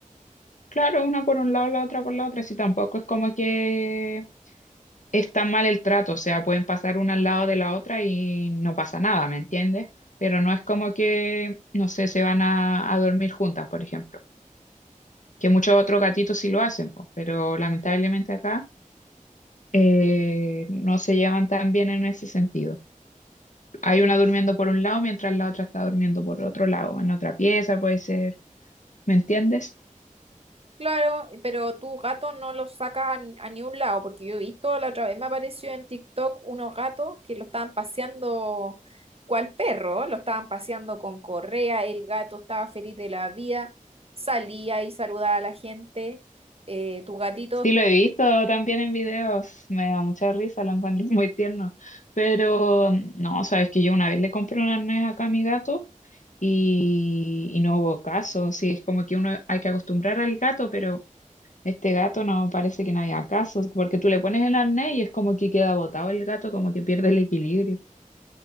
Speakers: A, on the left; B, on the right.
A: Claro, una por un lado, la otra por la otra. Sí, tampoco es como que es tan mal el trato. O sea, pueden pasar una al lado de la otra y no pasa nada, ¿me entiendes? Pero no es como que, no sé, se van a a dormir juntas, por ejemplo. que muchos otros gatitos sí lo hacen, pues, pero lamentablemente acá eh, no se llevan tan bien en ese sentido. Hay
B: Ya.
A: una durmiendo por un lado mientras la otra está durmiendo por otro lado, en otra pieza puede ser, ¿me entiendes?
B: Claro, pero tu gato no los saca a, ni a ni un lado, porque yo he visto, la otra vez me apareció en TikTok unos gatos que lo estaban paseando cual perro, lo estaban paseando con correa, el gato estaba feliz de la vida, salía y saludaba a la gente. Eh, tus gatitos
A: Sí, lo he visto también en videos, me da mucha risa, lo encuentro muy tierno, pero no, sabes que yo una vez le compré un arnés acá a mi gato y, y no hubo caso, sí, es como que uno hay que acostumbrar al gato, pero... Este gato no parece que no haya casos, porque tú le pones el arnés y es como que queda botado el gato, como que pierde el equilibrio,